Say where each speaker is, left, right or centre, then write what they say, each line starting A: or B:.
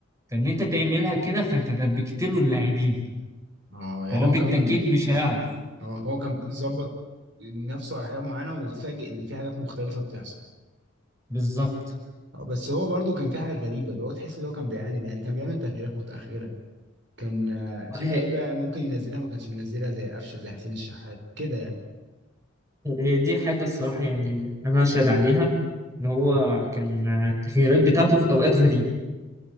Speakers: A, on the right; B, on the right.
A: فان انت تعملها كده فانت دربكت له اللاعبين
B: اه يعني
A: فهو
B: هو
A: بالتاكيد
B: كان
A: مش هيعرف
B: اه هو كان ظبط نفسه على حاجه معينه وتفاجئ ان في حاجات مختلفه بتحصل
A: بالظبط
B: اه بس هو برضو كان في حاجه غريبه اللي هو تحس ان هو كان بيعاند يعني كان بيعمل تغييرات متاخره كان آه، في
A: آه، هي-
B: لعيبه ممكن ينزلها ما كانش بينزلها زي قفشه زي حسين الشحات كده يعني
A: هي دي حاجه الصراحه يعني انا اشهد عليها ان هو كان التغييرات بتاعته في اوقات غريبه